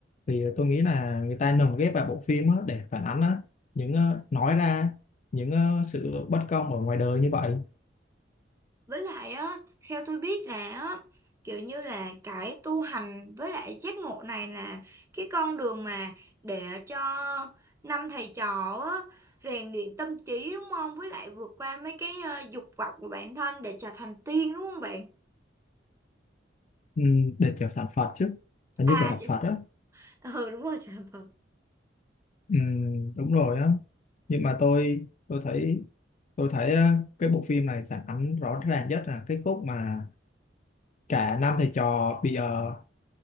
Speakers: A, on the left; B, on the right.
A: thì tôi nghĩ là người ta lồng ghép vào bộ phim á để phản ánh á những ờ, nói ra những ờ, sự bất công ở ngoài đời như vậy
B: với lại á theo tôi biết là á kiểu như là cái tu hành với lại giác ngộ này là cái con đường mà để cho năm thầy trò á rèn luyện tâm trí đúng không với lại vượt qua mấy cái ờ, dục vọng của bản thân để trở thành tiên đúng không bạn
A: ừ, để trở thành Phật chứ hình
B: à
A: như trở thành
B: chị-
A: Phật á
B: <laughs> ừ đúng rồi trở thành Phật
A: ừ, đúng rồi á nhưng mà tôi tôi thấy tôi thấy ờ, cái bộ phim này phản ánh rõ ràng nhất là cái khúc mà cả năm thầy trò bị ờ,